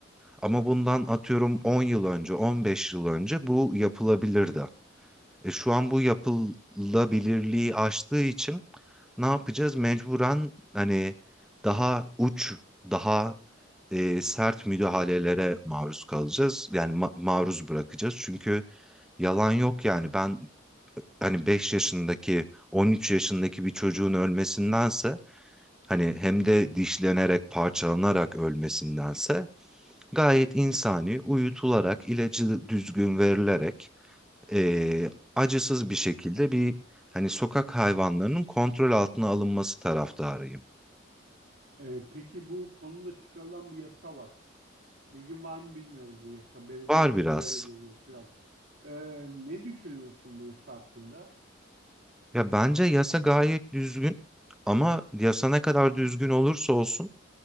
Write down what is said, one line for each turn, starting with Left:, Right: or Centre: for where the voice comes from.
Centre: Ama bundan atıyorum 10 yıl önce, 15 yıl önce bu yapılabilirdi. E şu an bu yapılabilirliği aştığı için ne yapacağız? Mecburen hani daha uç, daha e, sert müdahalelere maruz kalacağız. Yani ma- maruz bırakacağız. Çünkü yalan yok yani ben hani 5 yaşındaki, 13 yaşındaki bir çocuğun ölmesindense hani hem de dişlenerek, parçalanarak ölmesindense gayet
Right: Evet.
Centre: insani uyutularak ilacı düzgün verilerek eee, acısız bir şekilde bir hani sokak hayvanlarının kontrol altına alınması taraftarıyım.
Right: Ee, peki bu konuda çıkarılan bir yasa var. Bilgin var mı bilmiyorum bu yasa. Belediyeleri
Centre: Var biraz.
Right: görev veriyor falan. Ee, ne düşünüyorsun bu yasa hakkında?
Centre: Ya bence yasa gayet düzgün ama yasa ne kadar düzgün olursa olsun